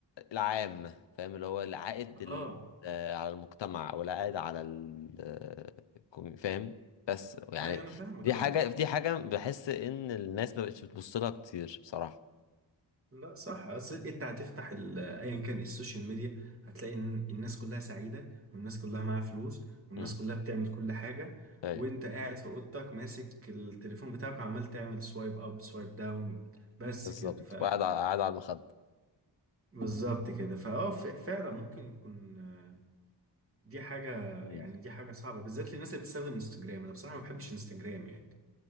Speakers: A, on the left; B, on the right.
A: العام فاهم اللي هو العائد ال-
B: اه
A: آه، على المجتمع او العائد على ال- آه، الكم- فاهم بس يعني
B: ايوه انا فاهمك
A: دي
B: اه
A: حاجة
B: بت...
A: دي حاجة بحس ان الناس ما بقتش بتبص لها كتير بصراحة
B: لا صح اصل انت هتفتح ال- ايا كان ايه السوشيال ميديا هتلاقي ان الناس كلها سعيده والناس كلها معاها فلوس والناس
A: امم
B: كلها بتعمل كل حاجه
A: ايوه
B: وانت قاعد في اوضتك ماسك التليفون بتاعك وعمال تعمل سوايب اب سوايب داون بس
A: بالظبط
B: كده ف
A: وقاعد على- قاعد على المخدة
B: بالظبط كده فاه ف- فعلا ممكن يكون آه، دي حاجه
A: مم.
B: يعني دي حاجه صعبه بالذات للناس اللي بتستخدم انستجرام انا بصراحه ما بحبش انستجرام يعني